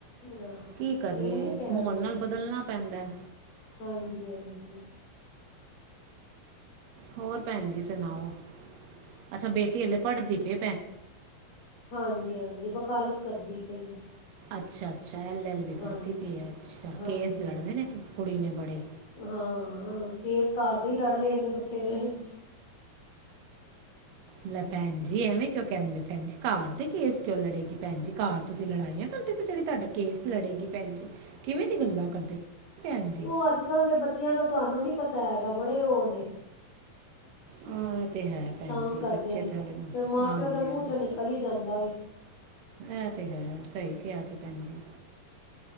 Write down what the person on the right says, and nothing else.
ਕੀ ਕਰੀਏ
ਮਾਹੋਲ
ਨਾਲ ਬਦਲਣਾ ਪੈਂਦਾ ਹੈ।
ਹੋਰ ਭੈਣ ਜੀ ਸੁਣਾਓ ਅੱਛਾ ਬੇਟੀ ਹਲੇ ਪੜਦੀ ਪਏ
ਅੱਛਾ ਅੱਛਾ ਐਲਐਲਬੀ
ਕਰਦੀ ਪਈ ਅੱਛਾ
ਕੇਸ ਲੜਦੇ ਨੇ ਕੁੜੀ ਨੇ ਬੜੇ
ਲੈ ਭੈਣ ਜੀ ਐਵੇਂ ਕਿਉਂ ਕਹਿੰਦੇ ਭੈਣ ਜੀ ਕਾਰ ਦੇ ਕੇਸ ਕਿਉਂ ਲੜੇਗੀ ਭੈਣ ਜੀ ਕਾਰ ਤੁਸੀਂ ਲੜਾਈਆਂ ਕਰਦੇ ਜਿਹੜੇ ਤੁਹਾਡੇ ਕੇਸ ਲੜੇਗੀ ਭੈਣ ਜੀ ਕਿਵੇਂ ਦੀ ਗੱਲਾਂ ਕਰਦੇ ਪਏ ਭੈਣ ਜੀ
ਆਹ ਇਹ ਤੇ ਹੈ ਭੈਣ
ਜੀ
ਬੱਚੇ
ਥੋੜੇ
ਹਾਂਜੀ
ਹਾਂਜੀ
ਇਹ ਤੇ ਹੈ ਸਹੀ ਕਿਹਾ ਚ ਭੈਣ ਜੀ